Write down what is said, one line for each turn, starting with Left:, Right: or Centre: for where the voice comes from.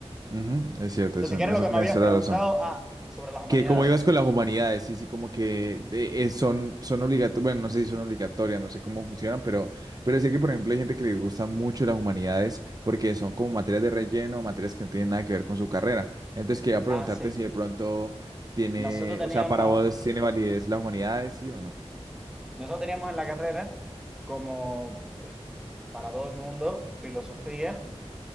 Right: Ujú, Es cierto,
Centre: Entonces,
Right: eso,
Centre: ¿qué
Right: en
Centre: era
Right: eso
Centre: lo que
Right: tienes
Centre: me habías
Right: toda
Centre: preguntado?
Right: la razón.
Centre: Ah, sobre las humanidades.
Right: Que como ibas con las humanidades, sí, sí, como que eh, eh, son, son obligatorias, bueno, no sé si son obligatorias, no sé cómo funcionan, pero, pero sé que, por ejemplo, hay gente que les gusta mucho las humanidades porque son como materias de relleno, materias que no tienen nada que ver con su carrera. Entonces, quería preguntarte
Centre: Ah, sí.
Right: si de pronto tiene,
Centre: Nosotros teníamos,
Right: o sea, para vos
Centre: sí.
Right: tiene validez las humanidades, sí o no.
Centre: Nosotros teníamos en la carrera como eh, para todo el mundo filosofía